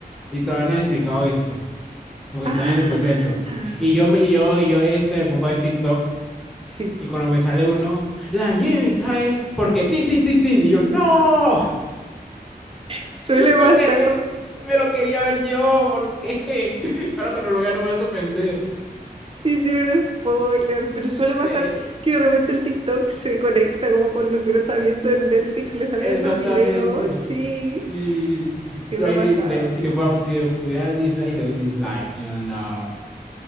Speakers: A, in the centre; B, on the right (about 35°).
A: y todavía no he explicado esto, como
B: Ah,
A: que estaba en el proceso. Y yo me, y yo, y yo este, me pongo a ver TikTok
B: sí.
A: y cuando me sale uno, la nieve cae porque tin, tin, tin, tin, y yo, no.
B: Suele
A: Lo
B: pasar.
A: quería, me lo quería ver yo, porque <laughs> ahora cuando lo vea no me va a sorprender.
B: Hicieron spoilers, pero suele pasar
A: Sí,
B: que de repente el TikTok se conecta como con lo que uno está viendo en Netflix, le salen
A: exactamente.
B: esos videos, sí,
A: Sí,
B: sí
A: yo
B: me ha
A: ahí
B: pasado.
A: le, le- si le fuera, si le pudiera dislike, le doy dislike, yo no.